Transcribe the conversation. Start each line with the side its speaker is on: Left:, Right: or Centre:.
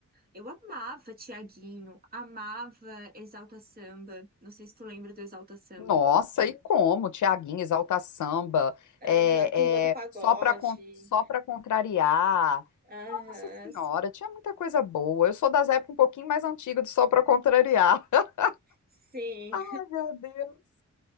Right: eu amava Tiaguinho, amava Exalta Samba. Não sei se tu lembra do Exalta Samba.
Left: Nossa, e como? Tiaguinho, Exalta Samba,
Right: Aham,
Left: é,
Right: Turma do Pagode.
Left: é, só para só para contrariar.
Right: Aham,
Left: Nossa Senhora,
Right: s-
Left: tinha muita coisa boa. Eu sou das épocas um pouquinho mais antigas do Só para Contrariar. <laughs>
Right: sim.
Left: Ai, meu Deus.